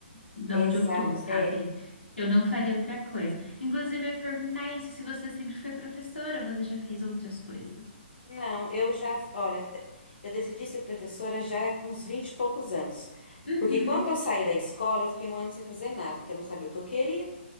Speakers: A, on the left; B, on the left.
A: de
B: Exato,
A: onde eu tô, sabe?
B: é.
A: Eu não faria outra coisa. Inclusive, eu ia perguntar isso, se você sempre foi professora, você já fez outras coisas?
B: Não, eu já, olha, até- eu decidi ser professora já com uns 20 e poucos anos.
A: Uhum,
B: Porque quando eu saí da escola, eu fiquei um ano sem fazer nada, porque eu não sabia o que eu queria.